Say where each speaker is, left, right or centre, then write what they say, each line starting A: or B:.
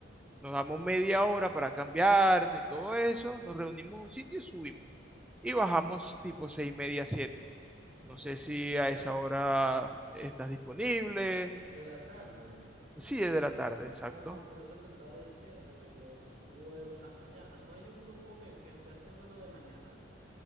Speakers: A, in the centre; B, on the right (about 35°).
A: nos damos media hora para cambiarnos y todo eso, nos reunimos en un sitio y subimos. Y bajamos tipo seis y media, siete. No sé si a esa hora estás disponible.
B: De, de la tarde.
A: Sí, es de la tarde, exacto.
B: No, por eso te estaba diciendo que yo puedo las mañanas. No hay un grupo que, que esté haciendo lo de mañana.